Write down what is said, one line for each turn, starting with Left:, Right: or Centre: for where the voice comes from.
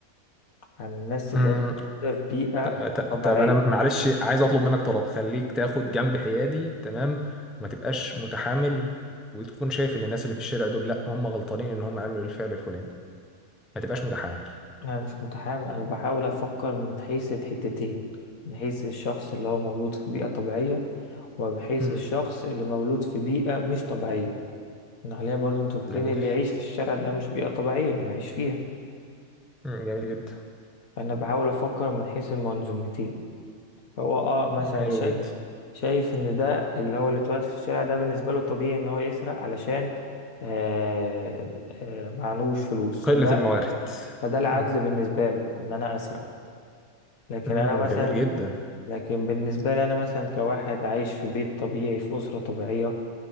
Left: عن الناس اللي
Centre: مم،
Left: هي موجودة في بيئة
Centre: ت- ت-
Left: طبيعية
Centre: طب أنا معلش عايز أطلب منك طلب خليك تاخد جنب حيادي تمام وما تبقاش متحامل وتكون شايف إن الناس اللي في الشارع دول لأ هم غلطانين إن هم عملوا الفعل الفلاني ما تبقاش متحامل
Left: انا مش متحامل انا بحاول افكر من حيث الحتتين من حيث الشخص اللي هو مولود في بيئة طبيعية ومن حيث
Centre: مم،
Left: الشخص اللي مولود في بيئة مش طبيعية إن خلينا برضو متفقين
Centre: جميل
Left: اللي يعيش في الشارع ده مش بيئة طبيعية إنه يعيش فيها
Centre: مم، جميل جدا
Left: فأنا بحاول أفكر من حيث المنظومتين هو اه مثلا
Centre: حلو
Left: شا...
Centre: جدا
Left: شايف إن ده اللي هو اللي اتولد في الشارع ده بالنسبة له طبيعي إن هو يسرق علشان آه آه معلوش فلوس
Centre: قلة
Left: فده
Centre: الموارد
Left: فده العدل
Centre: مم.
Left: بالنسبة له إن أنا أسرق لكن
Centre: امم
Left: أنا مثلا
Centre: جميل جدا
Left: لكن بالنسبة لي أنا مثلا كواحد عايش في بيت طبيعي في أسرة طبيعية